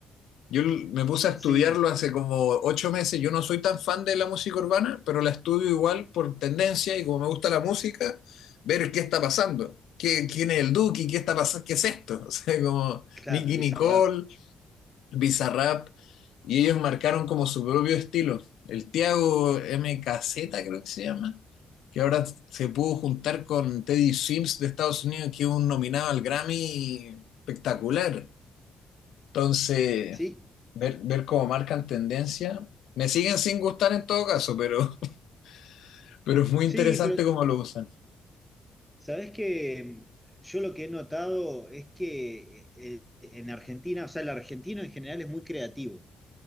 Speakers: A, on the left; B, in the centre.
A: Yo l- me puse a estudiarlo
B: Sí,
A: hace como ocho meses. Yo no soy tan fan de la música urbana, pero la estudio igual por tendencia y como me gusta la música, ver qué está pasando. ¿Qué, quién es el Duki? ¿Qué está pasando? ¿Qué es esto? <laughs> O sea, como
B: claro,
A: Nicki
B: Bizarrap.
A: Nicole, Bizarrap, y ellos marcaron como su propio estilo. El Tiago MKZ, creo que se llama, que ahora se pudo juntar con Teddy Sims de Estados Unidos, que es un nominado al Grammy espectacular. Entonces.
B: Sí,
A: Ver, ver cómo marcan tendencia. Me siguen sin gustar en todo caso, pero, <laughs> pero es muy
B: sí,
A: interesante
B: pero
A: cómo lo usan.
B: sabés que mm, yo lo que he notado es que eh, eh, en Argentina, o sea, el argentino en general es muy creativo.